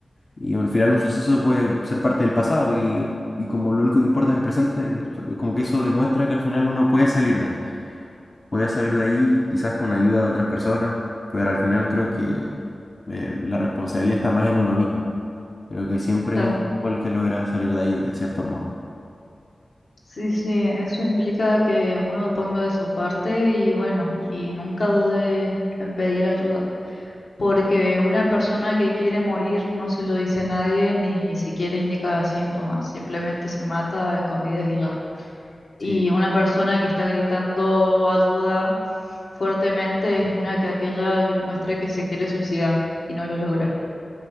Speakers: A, on the left (about 35°); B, on the left (about 70°).
A: y al final un suceso puede ser parte del pasado y, y como lo único que importa es el presente, es- como que eso demuestra que al final uno puede salir de ahí voy a salir de ahí quizás con ayuda de otras personas, pero al final creo que eh, la responsabilidad está más en uno mismo. Creo que siempre
B: Claro.
A: es uno el que logra salir de ahí de cierto modo.
B: Sí, sí, eso implica que uno ponga de su parte y bueno, y nunca dude en pedir ayuda, porque una persona que quiere morir no se lo dice a nadie ni siquiera indica síntomas, simplemente se mata a escondidas y ya.
A: Sí,
B: Y una persona que está gritando ayuda fuertemente es una que aquella que muestra que se quiere suicidar y no lo logra.